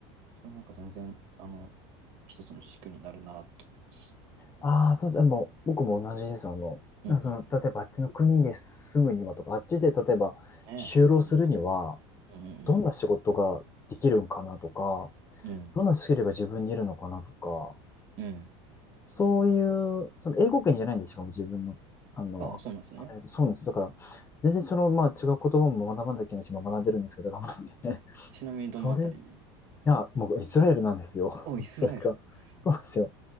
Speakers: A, on the right; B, on the left.
A: それはなんか全然、あの、一つの軸になるなと思います。
B: ああ、そうです。もう、僕も同じです。あの、
A: うん、
B: なんかその、
A: うん、うん。
B: 例えばあっちの国で住むにはとか、あっちで例えば就労するには、
A: ねえ。うん、うん、
B: どんな仕事ができるんかなとか、
A: うん、うん。うん
B: どんなスキルが自分にいるのかなとか、
A: うん
B: そういう、その英語圏じゃないんですかも自分の、あの、
A: ああ、そうなんですね。
B: 働いてるそうなんですよ。だから、全然その、まあ違う言葉も学ばなきゃいけないし、まあ学んでるんですけど、頑張って。<laughs>
A: ちなみにどのあたり
B: それ、いや、もうイスラエルなんですよ。
A: お、イスラエル。
B: <laughs> それが。
A: すごい。
B: そうなんですよ。